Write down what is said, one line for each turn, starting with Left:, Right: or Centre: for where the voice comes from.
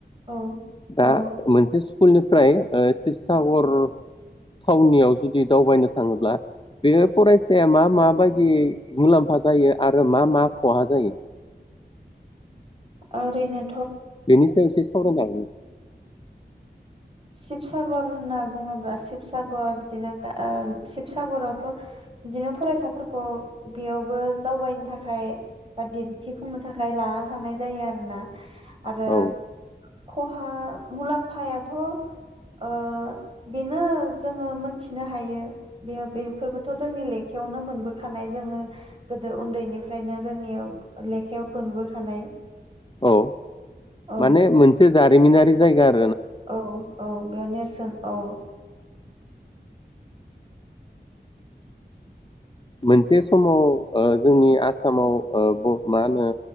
Right: औ
Left: दा
Right: औ
Left: मोनसे स्कुलनिफ्राय ओ शिबसागर थावनियाव जुदि दावबायनो थाङोब्ला बेयो फरायसाया मा माबायदि मुलाम्फा जायो आरो मा मा खहा जायो?
Right: आरैनो
Left: बेनि सायाव एसे सावरायनो हागोन
Right: शिबसागर होनना बुङोब्ला शिबसागर बिदिनो दा ओ शिबसागरावथ' बिदिनो फरायसाफोरखौ बेयावबो दावबायनो थाखाय बा दिन्थिफुंनो थाखाय लानानै थांनाय जायो आरोना। आरो
Left: औ
Right: खहा मुलाम्फायाथ' ओ बेनो जोङो मोनथिनो हायो बेयो बेफोरबोथ' जोंनि लेखायावनो मोनबोखानाय जोङो गोदो उन्दैनिफ्रायनो जोंनियाव लेखायाव मोनबोखानाय
Left: औ
Right: औ
Left: माने मोनसे जारिमिनारि जायगा आरो।
Right: औ औ बेयाव नेरसोन औ।
Left: मोनसे समाव ओ जोंनि आसामाव ओ मा होनो